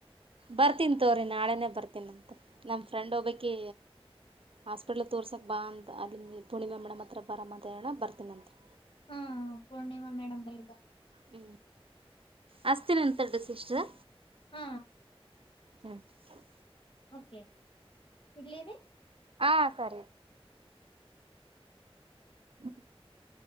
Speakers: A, on the right; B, on the left.
A: ಬರ್ತೀನ ತೋರಿ ನಾಳೆನೇ ಬರ್ತೀನಂತ ನಮ್ಮ ಫ್ರೆಂಡ್ ಒಬ್ಬಕಿ ಹಾಸ್ಪಿಟ್ಲ್ಕ್ ತೋರ್ಸಕ ಬಾ ಅಂತ ಅಲ್ಲಿ ಮ ಪೂರ್ಣಿಮಾ ಮೇಡಂ ಹತ್ರ ಬಾರಮ್ಮ ಅಂತ ಹೇಳಣ ಬರ್ತೀನಂತ್ರಿ.
B: ಹಾ ಪೂರ್ಣಿಮಾ ಮೇಡಮ್ ಬಲ್ಲಿ ಬ
A: ಹ್ಮ್ ಹಸ್ತಿನಂತ್ ತಡ್ರಿ ಸಿಸ್ಟರ.
B: ಹ.
A: ಹ್ಮ್ <unintelligible>
B: ಓಕೆ. ಲೇರಿ
A: ಹಾ ಸರಿ- <inaudible>